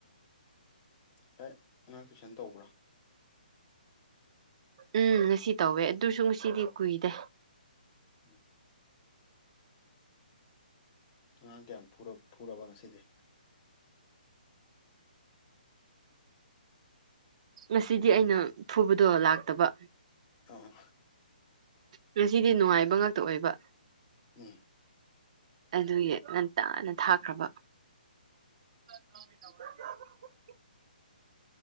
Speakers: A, on the left; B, on the right.
A: ꯉꯁꯥꯏ ꯑꯉꯥꯡ ꯇꯨꯏꯁꯟ ꯇꯧꯕ꯭ꯔꯥ
B: ꯎꯝ ꯉꯁꯤ ꯇꯧꯋꯦ ꯑꯗꯨꯁꯨ ꯉꯁꯤꯗꯤ ꯀꯨꯏꯗꯦ
A: ꯎꯝ ꯑꯉꯥꯡ ꯀꯌꯥꯝ ꯐꯨꯔꯕ ꯉꯁꯤꯗꯤ
B: ꯉꯁꯤꯗꯤ ꯑꯩꯅ ꯊꯨꯕꯗꯣ ꯂꯥꯛꯇꯕ
A: ꯑꯣ
B: ꯉꯁꯤꯗꯤ ꯅꯨꯡꯉꯥꯏꯕ ꯉꯥꯛꯇ ꯑꯣꯏꯕ
A: ꯎꯝ
B: ꯑꯗꯨꯒꯤ ꯉꯟꯇꯥꯅ ꯊꯥꯈ꯭ꯔꯕ <unintelligible>